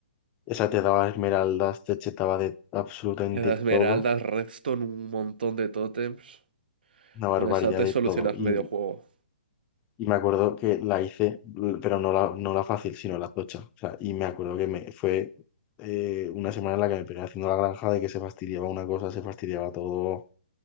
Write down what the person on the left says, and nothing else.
esa te daba esmeraldas, te chetaba de absolutamente
todo,
una barbaridad
de
todo. Y,
y me acuerdo que la hice, l- pero no la, no la fácil, sino la tocha. O sea, y me acuerdo que me fue eh, una semana en la que me pegué haciendo la granja de que se fastidiaba una cosa, se fastidiaba todo,